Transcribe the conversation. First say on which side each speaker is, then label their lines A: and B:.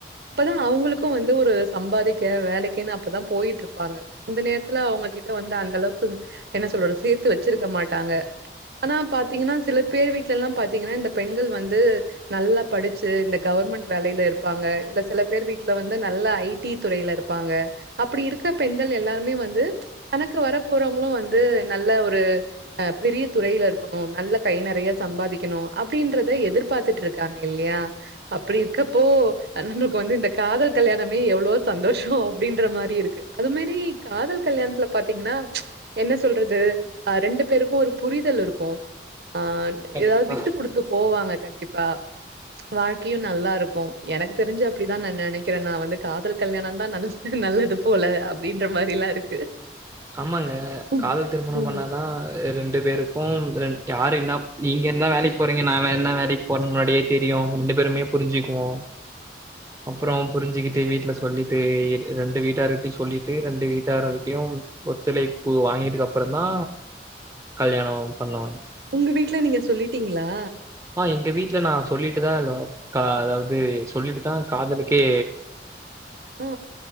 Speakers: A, on the right (about 65°); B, on the right (about 15°).
A: அப்பதா அவுங்களுக்கு வந்து ஒரு சம்பாதிக்க வேலைக்கின்‌ அப்பதா போயிட்ருப்பாங்க இந்த நேரத்துல அவுங்ககிட்ட வந்து அந்தளவ்க்கு என்ன சொல்றது சேத்து வச்சிருக்க மாட்டாங்க ஆனா பாத்தீங்கனா சில பேர் வீட்லல்லா பாத்தீங்கனா இந்த பெண்கள் வந்து நல்லா படுச்சு இந்த கவர்மெண்ட் வேலைல இருப்பாங்க இல்ல சில பேர் வீட்ல வந்து நல்ல ஐ டி துறைல இருப்பாங்க அப்பிடி இருக்க பெண்கள் எல்லாருமே வந்து தனக்கு வர போறவ்ங்களு வந்து நல்ல ஒரு அ பெரிய துறைல இருக்கனு நல்ல கை நெறைய சம்பாதிக்கனு அப்டின்றத எதிர்பாத்துட்ருக்காங்க இல்யா அப்புடி இருக்கப்போ நம்ளுக்கு வந்து இந்த காதல் கல்யாணமே எவ்ளவோ சந்தோஷொ அப்டின்ற மாரி இருக்கு அது மாரி காதல் கல்யாண்த்துல பாத்தீங்கனா என்ன சொல்றது அ ரெண்டு பேருக்கு ஒரு புரிதல் இருக்கு ஆ
B: கண்டிப்பா
A: எதா விட்டு குடுத்து போவாங்க கண்டிப்பா வாழ்கையு நல்லாருக்கு எனக்தெரிஞ்சி அப்டிதா நா நெனக்கிறே நா வந்து காதல் கல்யாணந்தா நென க்கிது நல்லது போல அப்டின்ற மாரிலா இருக்கு
B: ஆமாங்க
A: ம்.
B: காதல் திருமணம்
A: ம்.
B: பண்ணாதா அ ரெண்டு பேரு க்கும் ரெண் யாரு என்னா நீங்க என்னா வேலைக் போறீங்க நா என்னா வேலைக்போறன் முன்னாடியே தெரியு ரெண்டு பேருமே புரிஞ்சிக்குவோ அப்றோ புரிஞ்சுிகிட்டு வீட்ல சொல்லிட்டு ரெண்டு வீட்டார்கிட்டய் சொல்லிட்டு ரெண்டு வீட்டார்கிட்டையு ஒத்துழைப்பு வாங்கிட்டுகப்புறந் தா கல்யாணோ பண்ணுவா
A: உங்க வீட்ல நீங்க சொல்லிட்டிங்ளா?
B: ஆ எங்க வீட்ல நா சொல்லிட்டுதா எல்லா கா அதாவுது சொல்லிட்டுதா காதலுக்கே
A: ஆ.